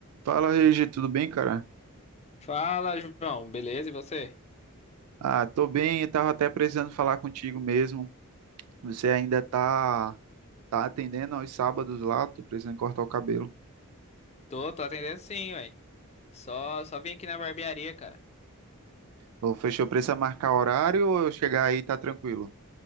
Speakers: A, on the right; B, on the left.
A: Fala, Regi, tudo bem, cara?
B: Fala, João. Beleza? E você?
A: Ah, tô bem, eu tava até precisando falar contigo mesmo. Você ainda tá tá atendendo aos sábados lá? Tô precisando cortar o cabelo.
B: Tô, tô atendendo sim, ué. Só, só vim aqui na barbearia, cara.
A: Ou fechou, precisa marcar horário ou eu chegar aí tá tranquilo?